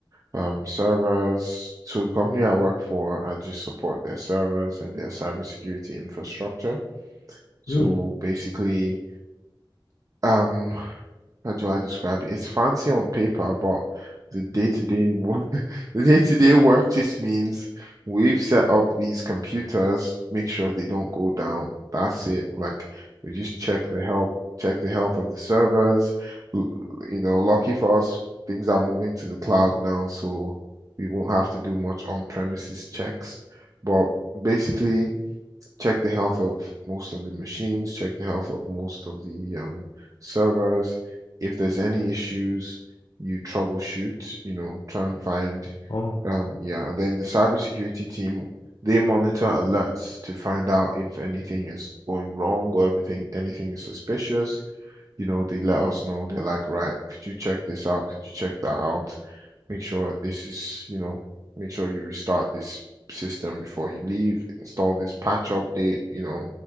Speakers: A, on the right (about 40°); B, on the left (about 60°).
A: um, servers. So the company I work for, I just support their servers and their cybersecurity infrastructure. So
B: Mm. <laughs>
A: basically, um how do I describe it? It's fancy on paper, but the day-to-day work, <laughs> the day-to-day work just means we've set up these computers, make sure they don't go down. That's it. Like we just check the health, check the health of the servers. L- You know, lucky for us, things are moving to the cloud now, so we won't have to do much on-premises checks. But basically, check the health of most of the machines, check the health of most of the um, servers. If there's any issues, you troubleshoot, you know, try and find,
B: Oh.
A: um, yeah. And then the cybersecurity team, they monitor alerts to find out if anything is going wrong or everything, anything is suspicious you know, they let us know. They're like, right, could you check this out? Could you check that out? Make sure this is, you know, make sure you restart this system before you leave. Install this patch update, you know.